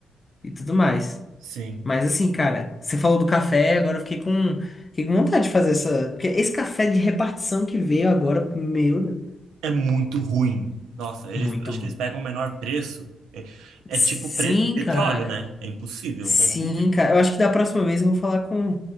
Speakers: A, on the left; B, on the right.
A: e tudo mais.
B: sim.
A: Mas assim, cara, você falou do café, agora eu fiquei com, fiquei com vontade de fazer essa. Porque esse café de repartição que veio agora, meu Deus,
B: é muito ruim. Nossa, eles,
A: muito
B: acho
A: ruim.
B: que eles pegam o menor preço. É, é
A: Sim,
B: tipo pre- petróleo,
A: cara.
B: né? É impossível.
A: Sim,
B: Eu não consigo.
A: cara. Eu acho que da próxima vez eu vou falar com.